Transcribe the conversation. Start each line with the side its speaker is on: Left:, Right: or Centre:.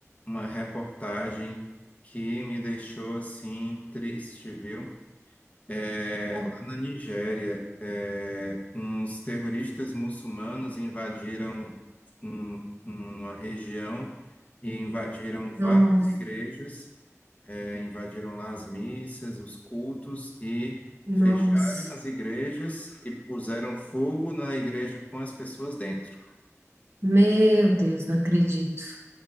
Left: uma reportagem que me deixou assim triste, viu? É,
Right: Pô,
Left: lá na Nigéria, é, uns terroristas muçulmanos invadiram um- um, uma região e invadiram várias
Right: Nossa,
Left: igrejas, é, invadiram lá as missas, os cultos e
Right: nossa.
Left: fecharam as igrejas e puseram fogo na igreja com as pessoas dentro.
Right: Meu Deus, não acredito.